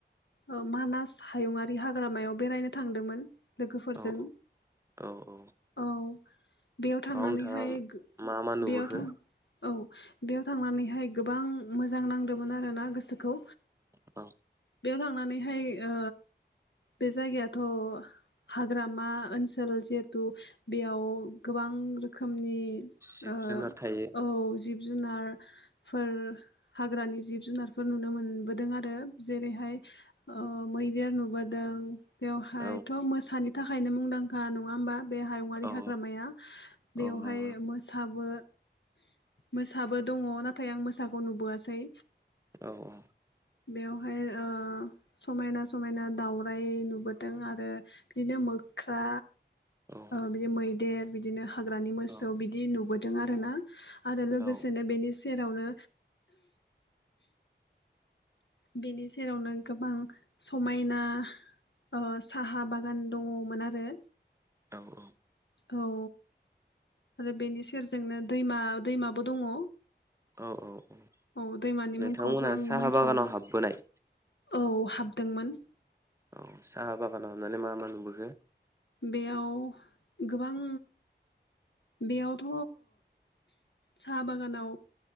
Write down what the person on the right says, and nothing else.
औ औ औ
बाव नोंथाङा
मा मा नुबोखो?
औ
जिब
जुनार थायो
औ
औ
औ नंगौ
औ औ
औ
औ
औ
औ औ
औ औ औ
नोंथांमोना
साहा
बागानाव हाबबोनाय?
औ साहा बागानाव हाबनानै मा‌ मा नुबोखो?